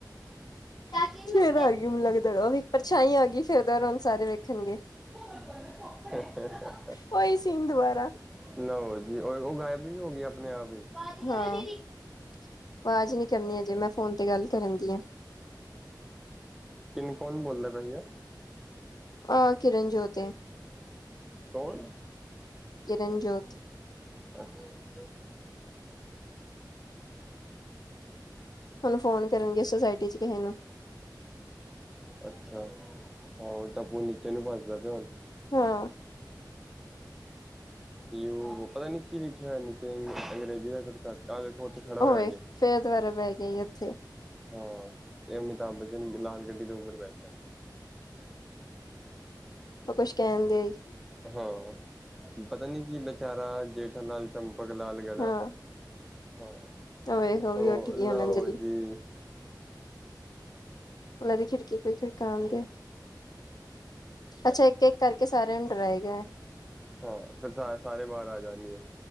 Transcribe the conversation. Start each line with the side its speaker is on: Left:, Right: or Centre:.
Left: ਫੇਰ
Centre: ਕੀ <unintelligible>
Left: ਆ ਗਈ ਮੈਨੂੰ ਲੱਗਦਾ ਉਹ ਇੱਕ ਪਰਛਾਈ ਆ ਗਈ ਫੇਰ ਦੌਰਾਨ ਸਾਰੇ ਵੇਖਣਗੇ
Centre: ਹਾ ਹਾ
Left: ਉਹੀ ਸੀਨ ਦੁਬਾਰਾ
Centre: ਨਾ ਜੀ। ਉਹ ਉਹ ਗਾਇਬ ਵੀ ਹੋ ਗਈ ਆਪਣੇ ਆਪ ਹੀ। ਕਰੋ
Left: ਹਾਂ।
Centre: ਦੀਦੀ
Left: ਆਵਾਜ਼ ਨੀ ਕਰਨੀ ਅਜੇ ਮੈਂ ਫੋਨ ਤੇ ਗੱਲ ਕਰਨ ਦੀ ਆ।
Centre: ਤੈਨੂੰ ਕੌਣ ਬੋਲਦਾ ਪਿਆ ਸੀਗਾ?
Left: ਆਹ ਕਿਰਨਜੋਤ ਏ।
Centre: ਕੌਣ?
Left: ਕਿਰਨਜੋਤ
Centre: ਅੱਛਾ।
Left: ਹੁਣ ਫੋਨ ਕਰਨਗੇ। ਸੋਸਾਇਟੀ ਚ ਕਿਸੇ ਨੂੰ।
Centre: ਅੱਛਾ। ਹਾਂ ਤਾਂਪੂ ਨੀਚੇ ਨੂੰ ਭਜਦਾ ਪਿਆ। ਹੁਣ
Left: ਹਾਂ।
Centre: ਲਿਓ ਪਤਾ ਨੀ ਕੀ ਲਿਖਿਆ ਨੀੱਚੇ ਅੰਗਰੇਜ਼ੀ ਦਾ। ਆ ਦੇਖੋ। ਉੱੱਠ ਖੜਾ ਹੋਇਆ
Left: ਉਹ ਵੇਖ
Centre: ਜੇ।
Left: ਫੇਰ ਦੁਬਾਰਾ ਬਹਿ ਗਈ ਉੱਥੇ
Centre: ਹਾਂ। ਇਹ ਅਮਿਤਾਭ ਬੱਚਨ ਵੀ ਲਾਲ ਗੱਡੀ ਦੇ ਉੱਪਰ ਬੈਠਾ।
Left: ਉਹ ਕੁੱਛ ਕਹਿਣ ਦਿਆ ਈ।
Centre: ਹਾਂ। ਪਤਾ ਨੀ ਕੀ ਬੇਚਾਰਾ ਜੇਠਾ ਲਾਲ ਚੰਪਕ ਲਾਲ ਗੜ੍ਹਾ।
Left: ਹਾਂ
Centre: ਹਾਂ।
Left: ਉਹ ਵੇਖ ਉਹ
Centre: ਹੋ
Left: ਵੀ ਉੱਠ ਗਈ
Centre: ਲਓ
Left: ਹੁਣ ਅੰਜਲੀ
Centre: ਜੀ।
Left: ਉਹਨਾਂ ਦੀ ਖਿੜਕੀ ਕੋਈ ਖਿੜਕਾਣ ਦਿਆ। ਅੱਛਾ। ਇੱਕ- ਇੱਕ ਕਰਕੇ ਸਾਰਿਆਂ ਨੂੰ ਡਰਾਏ ਗਾ।
Centre: ਹਾਂ। ਫੇਰ ਸਾਰੇ ਬਾਹਰ ਆ ਜਾਣਗੇ।